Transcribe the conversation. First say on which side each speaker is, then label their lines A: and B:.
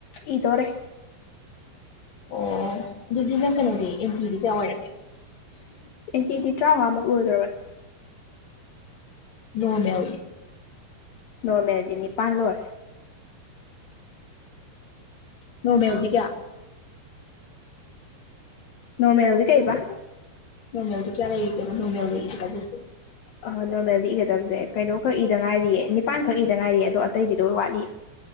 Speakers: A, on the left; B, on the left.
A: ꯏꯗꯣꯔꯦ
B: ꯑꯣ ꯑꯗꯨꯗꯤ ꯅꯪ ꯀꯩꯅꯣꯗꯤ ꯑꯦꯟꯇꯤꯗꯤ ꯀꯌꯥ ꯑꯣꯏꯔꯛꯒꯦ
A: ꯑꯦꯟꯇꯤꯗꯤ ꯇꯔꯥꯃꯉꯃꯨꯛ ꯂꯣꯏꯖꯔꯣꯏ
B: ꯅꯣꯔꯃꯦꯜꯅꯤ
A: ꯅꯣꯔꯃꯦꯜꯗꯤ ꯅꯤꯄꯥꯟ ꯂꯣꯏꯔꯦ
B: ꯅꯣꯡꯃꯦ ꯑꯣꯗꯤ ꯀꯌꯥ
A: ꯅꯣꯔꯃꯦꯜꯗꯤ ꯀꯩꯕ
B: ꯅꯣꯔꯃꯦꯜꯗꯤ ꯀꯌꯥ ꯂꯩꯔꯤꯒꯦꯕ ꯅꯣꯔꯃꯦꯜꯒꯤ ꯏꯒ ꯇꯧꯁꯦ
A: ꯑꯍꯣ ꯅꯣꯔꯃꯦꯗꯤ ꯏꯒꯗꯕꯁꯦ ꯀꯩꯅꯣ ꯈꯛ ꯏꯗ ꯉꯥꯏꯔꯤꯌꯦ ꯅꯤꯄꯥꯟꯈꯛ ꯏꯗ ꯉꯥꯏꯔꯤꯌꯦ ꯑꯗꯣ ꯑꯇꯩꯗꯤꯗꯣꯏ ꯋꯥꯠꯂꯤ